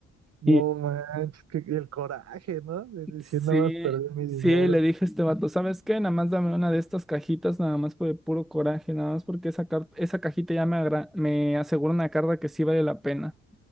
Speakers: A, on the right; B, in the centre.
A: No
B: Y
A: manches, que que el coraje, ¿no? De decir
B: sí,
A: nada más perdí mi
B: sí,
A: dinero.
B: le dije a este vato, ¿sabes qué? Nada más dame una de estas cajitas, nada más por el puro coraje, nada más porque esa, car- esa cajita ya me, agra- me asegura una carga que sí vale la pena.